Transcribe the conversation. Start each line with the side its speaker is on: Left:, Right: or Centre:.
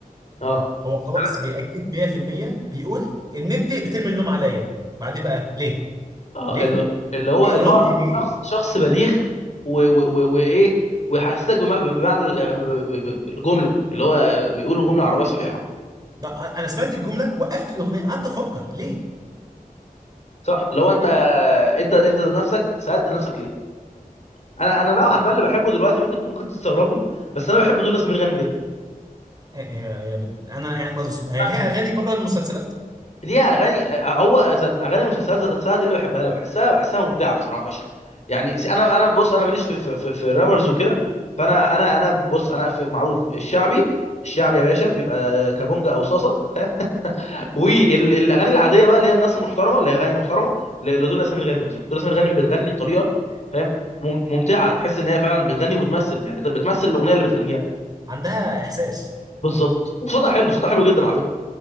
Left: اه
Right: هو خلاص
Left: طب-
Right: بيأكد 100% بيقول ان انت بترمي اللوم عليا بعدين بقى ليه
Left: اه
Right: ليه
Left: اللي اللي هو
Right: ايه
Left: اللي
Right: ردي
Left: هو ر-
Right: ليه
Left: شخص شخص بليغ و- و- و- وايه ويحسسك بم- بمعنى ال- ب- ب- ب- الجمله اللي هو بيقول جمله عربيه صحيحه
Right: لا انا سمعت الجمله وقفت الاغنيه قعدت افكر ليه
Left: صح لو انت
Right: ليه؟
Left: انت انت ذات نفسك سالت نفسك ليه انا انا نوعا
Right: ف-
Left: ما اللي بحبه دلوقتي ممكن ممكن تستغرب له بس انا بحب دنيا سمير غانم جدا
Right: آه، آه، يا بت- انا يعني مز- هي
Left: أنا
Right: ليها اغاني بره المسلسلات
Left: ليها اغاني آه، هو ذات- اغاني المسلسلات ذات نفسها دي اللي بحبها لا بحسها بحسها مبدعه بصراحه فشخ يعني س- انا انا بص انا ماليش في في في, في الرابرز وكده فانا انا انا بص انا في معروف الشعبي الشعبي يا باشا بيبقى كابونجا او صاصه <laughs> والاغاني العاديه بقى اللي هي الناس المحترمه اللي هي اغاني محترمه ل- لدنيا سمير غانم بتروح دنيا سمير غانم بتغني بطريقه فاهم مم- ممتعه تحس ان هي فعلا بتغني وبتمثل يعني بت- بتمثل الاغنيه اللي بتغنيها
Right: عندها احساس
Left: بالظبط وصوتها حلو صوتها حلو جدا على فكره